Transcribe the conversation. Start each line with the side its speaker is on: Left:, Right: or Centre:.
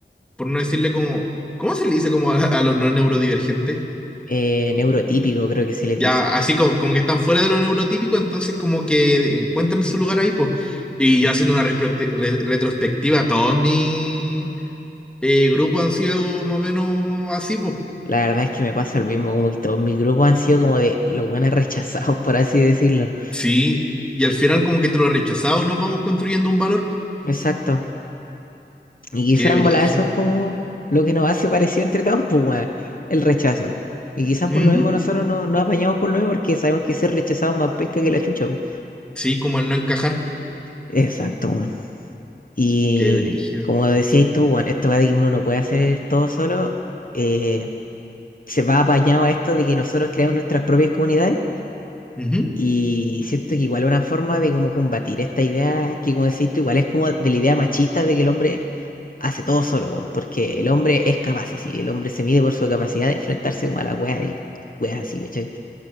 Centre: por no decirle como, ¿cómo se le dice como a, a los no neurodivergentes?
Left: Eh, neurotípico, creo que se les
Centre: Ya,
Left: dice.
Centre: así co- como, que están fuera de lo neurotípico, entonces como que encuentran su lugar ahí, pues. Y yo haciendo una respecti- re- retrospectiva, todos mis eh, grupos han sido más o menos así, pues.
Left: La verdad es que me pasa lo mismo, como que todos mis grupos han sido como de los buenos rechazados, <laughs> por así decirlo.
Centre: Sí, y al final como que entre los rechazados nos vamos construyendo un valor.
Left: Exacto. Y quizás
Centre: Qué brígido.
Left: en volada eso es como lo que nos hace parecido entre todos, pues, weón, el rechazo. Y quizás
Centre: Ujú.
Left: por lo mismo nosotros no nos apañamos por lo mismo porque sabemos que ser rechazado es más pesca que la chucha, po.
Centre: Sí, como al no encajar.
Left: Exacto, weón. Y
Centre: Qué brígido.
Left: como decías tú, weón, esto de que uno no puede hacer todo solo, eh, se va apañado a esto de que nosotros creamos nuestras propias comunidades.
Centre: Ujú.
Left: Y siento que igual es una forma de como combatir esta idea que, como decís tú, igual es como de la idea machista de que el hombre hace todo solo, weón, porque el hombre es capaz así, el hombre se mide por su capacidad de enfrentarse como a la wea y weas así, ¿cachai?